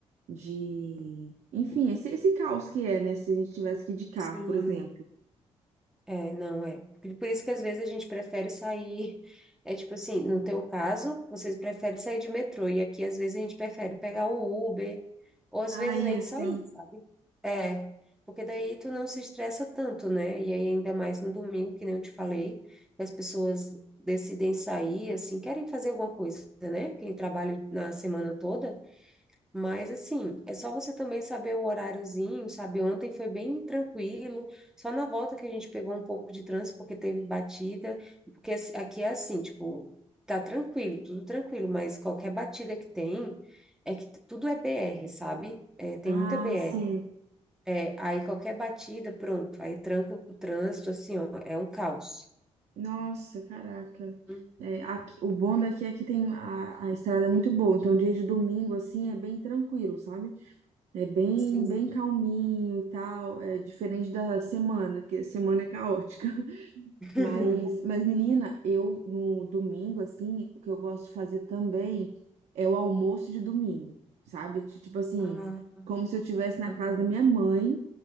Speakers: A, on the right (about 75°); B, in the centre.
A: de... Enfim, esse, esse caos que é, né? Se a gente tivesse que ir de carro,
B: Sim.
A: por exemplo.
B: É, não é. Por por isso que às vezes a gente prefere sair. <laughs> É tipo assim, no teu caso, vocês preferem sair de metrô, e aqui às vezes a gente prefere pegar o Uber, ou às
A: Ah,
B: vezes
A: isso.
B: nem sair, sabe? É, porque daí tu não se estressa tanto, né? E aí, ainda mais no domingo, que nem eu te falei, que as pessoas decidem sair, assim, querem fazer alguma coisa, né? Quem trabalha na semana toda. Mas assim, é só você também saber o horáriozinho, sabe? Ontem foi bem tranquilo, só na volta que a gente pegou um pouco de trânsito porque teve batida, porque as- aqui é assim, tipo, tá tranquilo, tudo tranquilo, mas qualquer batida que tem, é que t- tudo é BR, sabe? É, tem
A: Ah,
B: muita BR.
A: sim.
B: É, aí qualquer batida, pronto, aí tranca o trânsito, assim, ó, é um caos.
A: Nossa, caraca.
B: Uhum.
A: É, aqui- o bom daqui é que tem a, a estrada é muito boa, então dia de domingo assim é bem tranquilo, sabe? É bem
B: Sim.
A: bem calminho e tal, é diferente da semana, que a semana é caótica.
B: <laughs>
A: Mas, mas menina, eu no domingo, assim, o que eu gosto de fazer também é o almoço de domingo, sabe? Ti- Tipo assim,
B: Ah,
A: como se eu estivesse na
B: aham.
A: casa da minha mãe